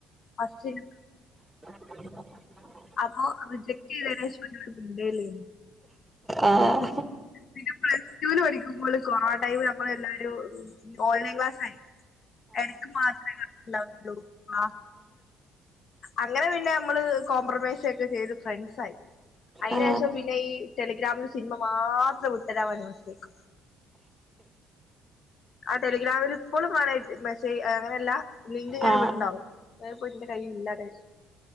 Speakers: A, on the left; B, in the centre.
A: പസ്
B: ഉ <inaudible> <inaudible>
A: അപ്പൊ റിജക്ട് ചെയ്ത അനേജ പിണ്ടല്ലേന്ന്
B: ആഹ
A: പിന്നെ പ്ലസ് ൂവിന് പഠിക്കുമ്പോൾ കൊറോണ ടൈമ നമ്മൾ എല്ലാരും ഓൺലൈൻ ക്ലാസ് ആായി എടക്ക് മാത്രല്ല ഉള്ളൂ ആ അങ്ങനെ പിന്നെ നമ്മള് കോംപ്രമൈസ ഒക്കെ ചെയ്ത് ഫ്രണ്ട്സ ആായി അയിേഷം
B: ആ
A: പിന്നെ ഈ ടെലിഗ്രാമിലിൽ സിനിമ മാത്രം ഉട്ടതമ നമസ്േക്ക് ആ ടെലിഗ്രാമിൽ ഇപ്പോഴും കാണ മെസ്സേജ് അങ്ങനെയല്ല ലിങ്ക് ഇങ്ങനെ
B: ആ
A: ഇവിടുണ്ടാവും അപ്പോ ഇതിന്റെ കയ് ഇല്ലാത